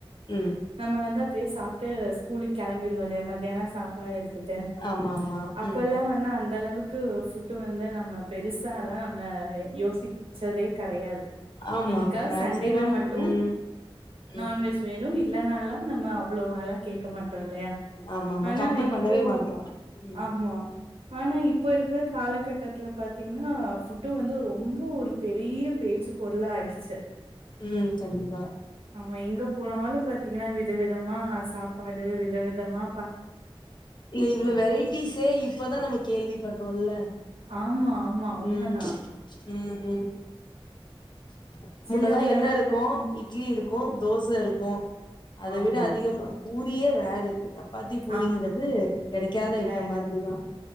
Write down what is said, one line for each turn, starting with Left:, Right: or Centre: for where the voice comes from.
Left: ம்
Right: நம்ம வந்து அப்டியே சாப்டு கூலுக்கு கிளம்பிருவோலைய மத்தியானம் சாப்பாடு
Left: ஆமா ஆமா
Right: அப்பல்லாம்
Left: ம்
Right: வந்து அந்த அளவுக்கு ஃபுட்டு வந்து நம்ம பெருசா எல்லாம் நம்ம யோசி ச்சதே கெடையாது
Left: ஆமா
Right: என்னைக்காது
Left: மேக்சிமம்
Right: சண்டேனா மட்டும்
Left: ம்
Right: நான்வெஜ்
Left: ம்
Right: வே இல்ல நாலா நம்ம அவ்ளோல கேட்க மாட்டோம் இல்லையா
Left: ஆமா ஆமா
Right: ஆனா
Left: கம்பல் பண்ணவே
Right: இப்போ
Left: மாட்டோ ம்
Right: ஆமா ஆனா இபோ இருக்கிற காலகட்டத்தை பாத்தீங்கன்னா ஃபுட் வந்து ரொம்ப ஒரு பெரிய பேச்சு பொருள் ஆயிடுச்சு
Left: ம் கண்டிப்பா
Right: ஆமா எங்க போனாலும் பாத்தீங்கன்னா விதவிதமா சாப்பாடு வித விதமா
Left: இவ்ளோ வெரைட்டிஸே இப்பதான் நம்ம கேள்வி படுறோம்ல்ல
Right: ஆமா, ஆமா. உண்மதான்.
Left: உம் உம் <unintelligible>
Right: சின்னதுலலாம்
Left: முன்னெல்லாம் எண்ண இருக்கும்
Right: பாத்தீங்
Left: இட்லி இருக்கும் தோசை இருக்கும் அத
Right: ஆமா,
Left: விட அதிகமா பூரியே ரார் சப்பாத்தி பூரிங்கிறது
Right: ஆமா.
Left: கிடைக்காத ஐட்டம்
Right: ரேரு.
Left: மாதிரிதான்